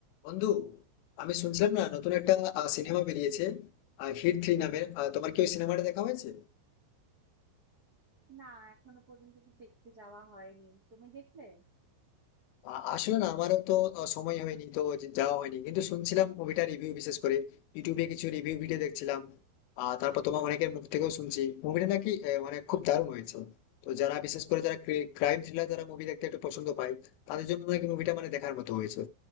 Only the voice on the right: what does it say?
বলো
না এখনো পর্যন্ত তো দেখতে যাওয়া হয়নি তুমি দেখলে